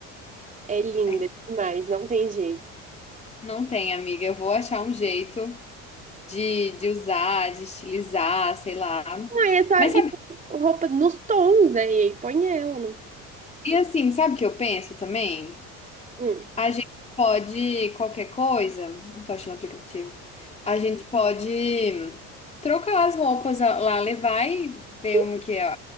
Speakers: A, on the right (about 25°); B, on the left (about 20°).
A: É linda
B: É, ele,
A: demais, não tem jeito.
B: Não tem, amiga, eu vou achar um jeito de, de usar, de estilizar, sei lá.
A: Não, e é só
B: Mas sabe,
A: e roupa nos tons, né? E aí põe ela no.
B: e assim, sabe o que eu penso também?
A: Hum.
B: A gente pode qualquer coisa, não tô achando o aplicativo. A gente pode trocar as roupas a- lá, levar e ver
A: Sim,
B: uma que é,